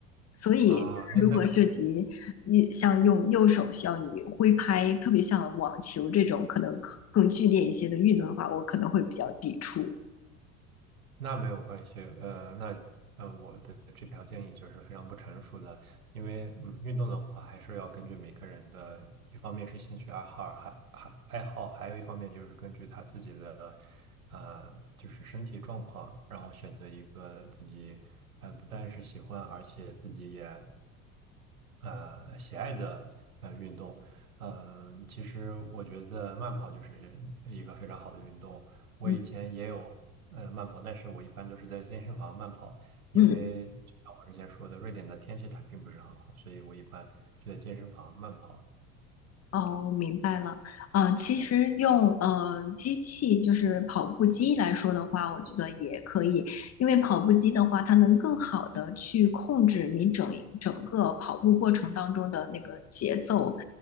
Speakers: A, on the left (about 35°); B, on the right (about 75°).
A: 所以如果涉及一像用右手需要你挥拍，
B: 啊，那在
A: 特别像网球这种可能更剧烈一些的运动的话，我可能会比较抵触。
B: 那没有关系，呃，那呃，我的这条建议就是非常不成熟的，因为嗯，运动的话还是要根据每个人的，一方面是兴趣爱好，还还爱好，还有一方面就是根据他自己的，呃，就是身体状况，然后选择一个自己，呃，不但是喜欢，而且自己也呃喜爱的呃运动。嗯、其实我觉得慢跑就是一个非常好的运动。我以前也有呃慢跑，
A: 嗯
B: 但是我一般都是在健身房慢跑，因为就像我之前说的，
A: 嗯。
B: 瑞典的天气它并不是很好，所以我一般就在健身房慢跑。
A: 哦，明白了。呃，其实用呃机器，就是跑步机来说的话，我觉得也可以，因为跑步机的话，它能更好的去控制你整整个跑步过程当中的那个节奏。